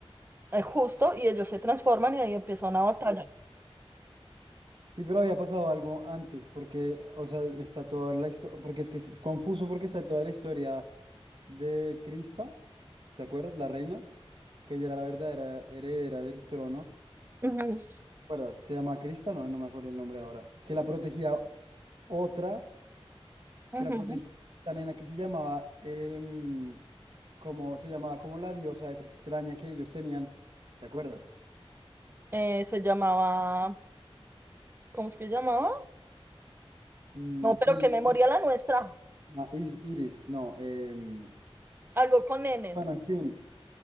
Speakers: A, on the right; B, on the right.
A: eh, justo, y ellos se transforman y ahí empieza una batalla.
B: Sí, pero había pasado algo antes, porque, o sea, está toda la historia, porque es que es confuso porque está toda la historia de Crista, ¿te acuerdas? La reina, que ella era la verdadera heredera del trono,
A: Ujú,
B: ¿te acuerdas? Se llama Crista, no, no me acuerdo el nombre ahora, que la protegía otra,
A: ujú.
B: que la protegía esta nena que se llamaba, em, como, se llamaba como la diosa esa extraña que ellos tenían, ¿te acuerdas?
A: Eh, se llamaba, ¿cómo es que llamaba?
B: Mm,
A: No, pero
B: y,
A: qué memoria
B: y-
A: la nuestra.
B: ah, Is- Iris, no, em,
A: Algo con N.
B: bueno, en fin.